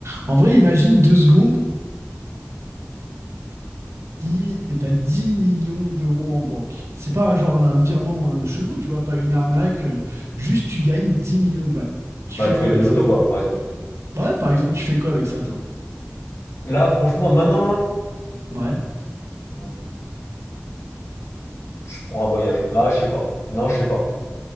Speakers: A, on the right (about 75°); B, on the left (about 75°).
A: En vrai, imagine deux secondes si t'as 10 millions d'euros en banque. C'est pas genre un virement euh, chelou, tu vois, pas une arnaque. euh, juste, tu gagnes 10 millions de balles. Tu
B: Bah,
A: fais
B: tu
A: quoi
B: gagnes
A: avec
B: le loto,
A: ça?
B: quoi, par exemple.
A: Ouais, par exemple, tu fais quoi avec ça, toi?
B: Là, franchement, maintenant, là,
A: Ouais.
B: mm, je prends un voyage. Ah, je sais pas. Non, je sais pas.